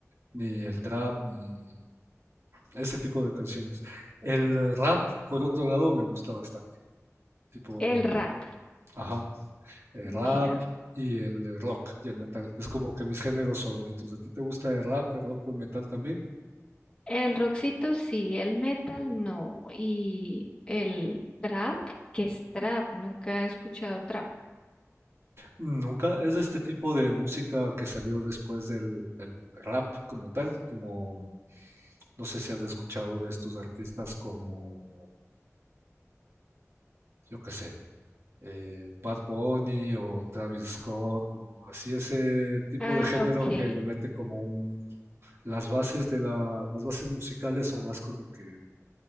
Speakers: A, on the right; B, on the left.
A: ni el trap, ni ese tipo de canciones. El eh, rap, por otro lado, me gusta bastante. Tipo,
B: El rap,
A: ajá, el
B: mira,
A: rap y el rock y el metal. Es como que mis géneros favoritos. ¿A ti te gusta el rap, el rock o el metal también?
B: el rockcito sí, el metal no, y el trap, ¿qué es trap? Nunca he escuchado trap.
A: Nunca. Es este tipo de música que salió después del, del rap como tal, como... No sé si has escuchado de estos artistas como, yo qué sé, eh, Bad Bunny o Travis Scott, o así ese tipo
B: Ah,
A: de género
B: ok.
A: que le mete como un, las bases de la, las bases musicales son más como que